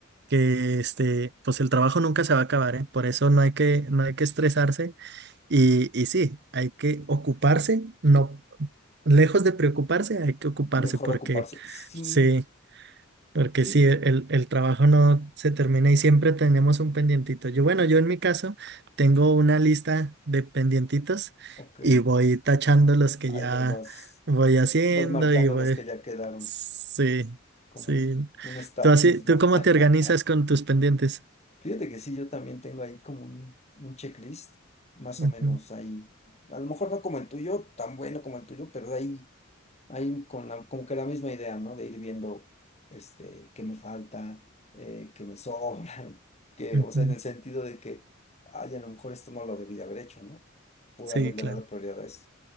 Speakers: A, on the right; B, on the left.
A: que este, pues el trabajo nunca se va a acabar, ¿eh? Por eso no hay que, no hay que estresarse y, y sí, hay que ocuparse, no, lejos de preocuparse, hay que ocuparse
B: mejor
A: porque
B: ocuparse. Sí,
A: sí, porque
B: sí,
A: sí, el, el trabajo no se termina y siempre tenemos un pendientito. Yo, bueno, yo en mi caso tengo una lista de pendientitos
B: ok.
A: y voy tachando los que
B: Ahí
A: ya
B: las vas,
A: voy haciendo
B: vas marcando
A: y voy,
B: los que ya quedaron,
A: sí,
B: como
A: sí.
B: un un estatus,
A: ¿Tú así, tú
B: ¿no?
A: cómo
B: <laughs>
A: te organizas con tus pendientes?
B: Fíjate que sí, yo también tengo ahí como un, un checklist, más
A: Ujú,
B: o menos ahí. A lo mejor no como el tuyo, tan bueno como el tuyo, pero ahí, ahí con la, como que la misma idea, ¿no? De ir viendo, este, qué me falta, eh, qué me sobra, <laughs> que,
A: ujú.
B: o sea, en el sentido de que, ay, a lo mejor esto no lo debí de haber hecho, ¿no? Pude
A: Sí,
B: haberle
A: claro.
B: dado prioridad a esto.